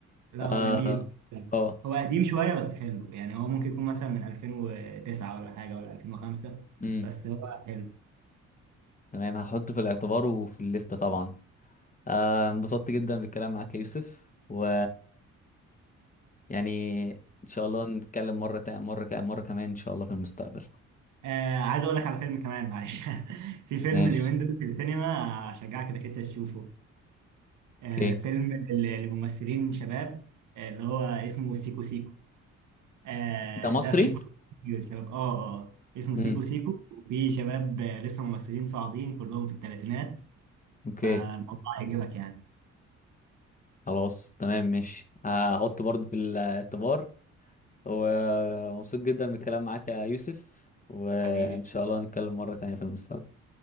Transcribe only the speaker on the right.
لا هو
جميل
هو قديم شوية بس حلو يعني هو ممكن يكون مثلا من 2009 ولا حاجة ولا 2005
بس هو حلو
آه عايز أقول لك على فيلم كمان معلش <laughs> في فيلم
اليومين دول في السينما أشجعك إنك أنت تشوفه آه
فيلم ل- لممثلين شباب آه، اللي هو اسمه سيكو سيكو آه
ده فيه طبعاً كتير شباب اه اه آه. اسمه
سيكو سيكو وفيه شباب آه، لسه ممثلين صاعدين كلهم في الثلاثينات
فالموضوع هيعجبك يعني
حبيبي